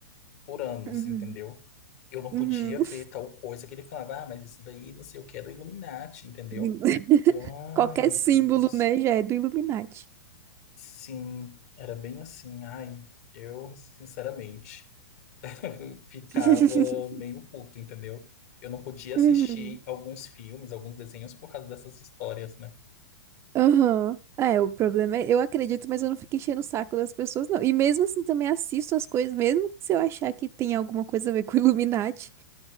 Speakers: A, on the left (about 45°); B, on the right (about 25°).
A: por anos,
B: Uhum.
A: entendeu? Eu não
B: Uhum.
A: podia ver tal coisa que ele falava, ah, mas isso daí não sei o que é do Illuminati, entendeu?
B: <laughs>
A: Eu, ai,
B: Qualquer
A: meu
B: símbolo,
A: Deus.
B: né, já é do Illuminati.
A: Sim, era bem assim. Ai, eu, sinceramente. <laughs> ficava
B: <laughs>
A: meio puto, entendeu? Eu não podia assistir
B: Uhum.
A: alguns filmes, alguns desenhos por causa dessas histórias, né?
B: Aham. É, o problema é, eu acredito, mas eu não fico enchendo o saco das pessoas, não. E mesmo assim também assisto as coisas, mesmo se eu achar que tem alguma coisa a ver com Illuminati.